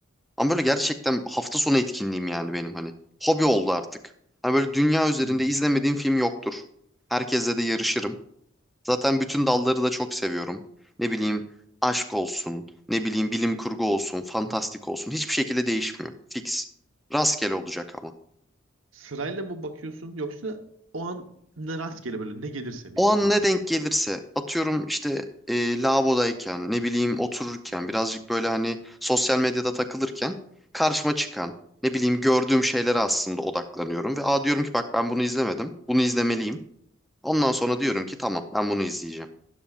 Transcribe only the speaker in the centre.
Ama böyle gerçekten hafta sonu etkinliğim yani benim hani. Hobi oldu artık. Hani böyle dünya üzerinde
izlemediğim film yoktur. Herkesle de yarışırım. Zaten bütün dalları da çok seviyorum. Ne bileyim aşk olsun, ne bileyim bilim kurgu olsun, fantastik olsun. Hiçbir şekilde değişmiyor. Fix. Rastgele olacak ama.
O
an ne denk gelirse atıyorum işte e, lavabodayken ne bileyim otururken birazcık böyle hani sosyal medyada takılırken karşıma çıkan ne bileyim gördüğüm şeylere aslında odaklanıyorum ve aa diyorum ki bak ben bunu izlemedim bunu izlemeliyim. Ondan sonra diyorum ki tamam ben bunu izleyeceğim.